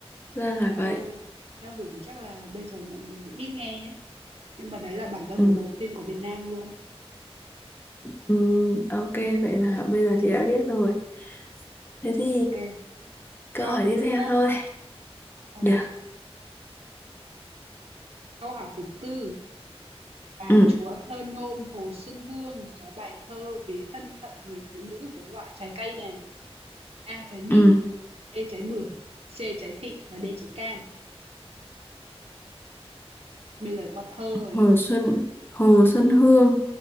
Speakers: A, on the left (about 20°); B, on the right (about 70°).
A: ra là
B: ồ
A: vậy
B: giao hưởng thì chắc là bây giờ mọi người ít nghe ấy. nhưng mà đấy là bản giao
A: Ừm,
B: hưởng đầu tiên của Việt Nam luôn
A: ừm, ok vậy là bây giờ chị đã biết rồi thế thì
B: ok
A: câu
B: câu
A: hỏi
B: thứ
A: tiếp
B: tư
A: theo
B: nhá
A: thôi
B: Ok.
A: được
B: Câu hỏi thứ tư, bà
A: Ừm,
B: chúa thơ nôm Hồ Xuân Hương có bài thơ ví thân phận người phụ nữ với loại trái cây nào? A trái mít,
A: ừm.
B: B trái bưởi, C trái thị và D trái cam. Bây giờ qua thơ rồi
A: Hồ
B: nhá.
A: Xuân Hồ Xuân Hương